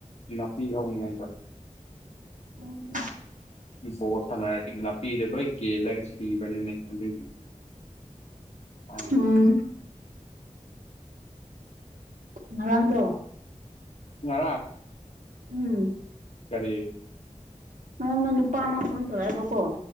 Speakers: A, on the left; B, on the right.
A: ꯅꯥꯄꯤ ꯍꯧꯅꯤꯉꯥꯏꯗ
B: ꯎꯝ
A: ꯏ ꯄꯣ ꯁꯥꯟꯅꯔꯗꯤ ꯅꯥꯄꯤꯗ ꯂꯣꯏ ꯀꯦꯜꯂꯒ ꯁꯤꯕꯅꯤꯅꯦ ꯑꯗꯨꯗꯤ ꯑ
B: ꯎꯝ ꯉꯔꯥꯡꯗꯣ
A: ꯌꯥ
B: ꯎꯝ
A: ꯀꯔꯤ
B: ꯅꯪꯅ ꯅꯨꯄꯥ ꯑꯃ ꯐꯣꯟ ꯇꯧꯔꯛꯑꯦꯕꯀꯣ